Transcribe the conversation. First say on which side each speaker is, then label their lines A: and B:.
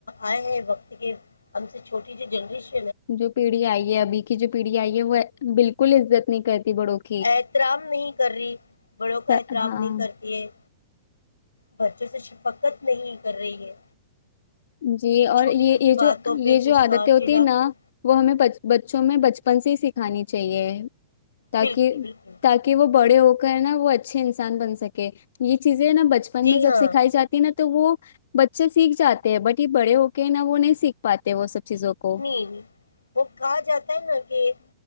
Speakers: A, on the left; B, on the left.
A: آئے ہیں وقت کے ہم سے چھوٹی جو جنریش
B: جو پیڑھی آئی ہے ابھی کی جو پیڑھی آئی ہے وہ بالکل عزت نہیں کرتی بڑوں کی
A: احترام نہیں کر رہی بڑوں کا
B: س-
A: احترام
B: ہاں
A: نہیں کرتی ہے بچوں سے شفقت نہیں کر رہی ہے
B: جی اور
A: چھوٹی
B: یہ
A: چھوٹی
B: یہ
A: باتوں
B: جو یہ
A: پہ
B: جو
A: غصہ
B: عادتیں ہوتی
A: چڑاپن
B: ہیں نا وہ ہمیں بچوں میں بچ پن سے سکھانی چاہیے تاکہ
A: بالکل بالکل
B: تاکہ وہ بڑے ہو وہ اچھے انسان بن سکے یہ چیز نا بچپن
A: جی
B: میں جب
A: ہاں
B: سکھائی جاتی ہے نا تو تو وہ بچہ سیکھ جاتا بٹ یہ بڑے ہو کے نا وہ نہیں سیکھ پاتے وہ سب چیزوں کو
A: نہیں نہیں وہ کہا جاتا ہے نا کہ